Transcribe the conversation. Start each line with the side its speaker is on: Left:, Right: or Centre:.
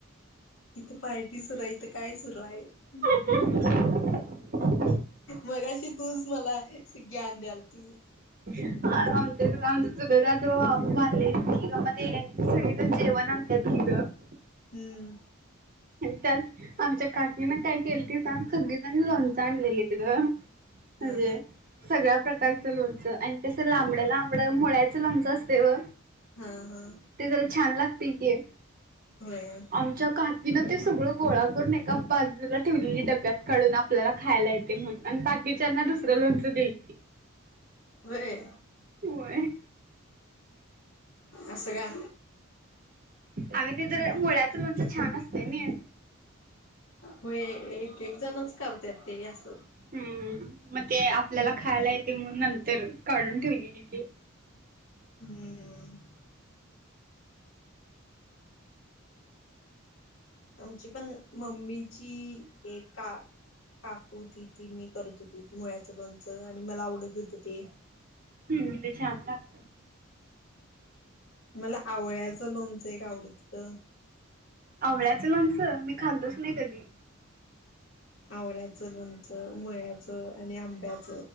Left: इथं पार्टी सुरू हाय. इथं काय सुरू आयं
Right: <unintelligible>
Left: मगाशी तूच मला ग्यान द्यालती.
Right: आम आमचं <unintelligible> मध्ये सगळेजण जेवण आणत्यात तिद
Left: हम्म
Right: त्यात आमच्या काकीन काय केलंती सांग सगळीजणी लोंणच आणलेलीत ग
Left: हा
Right: <unintelligible> सगळ्या प्रकारचं लोणचं आणि तस लांबड लांबडं मुळ्याचं लोणचं असते बघ
Left: ह ह
Right: ते जरा छान लागतयं की,
Left: होयं.
Right: आमच्या काकीनं ते सगळं गोळा करून एका बाजूला ठेवलेली डब्यात. काडून आपल्याला खायला येतयं म्हणून बाकीच्यांना दुसरं लोणचं देई
Left: व्हय
Right: होय.
Left: अस का?
Right: अग ते जर मुळ्याच लोणच छान असतयं मॅ
Left: व्हय एक एक जणच करतत ते अस.
Right: हम्म मग ते आपल्याला खायला येते म्हणून नंतर काढून ठेवले तिथे.
Left: हम्म आमची पण मम्मीची एका काकूती ती मी करत होती मुळ्याच लोणच. आणि मला आवडत होत ते.
Right: हम्म ते छान लागत.
Left: <inaudible> मला आवळ्याच लोनच एक आवडत.
Right: आवळ्याच लणच मी खाल्लच नाही कधी.
Left: आवळ्याच लोणच, मुळ्याच आणि आंब्याच,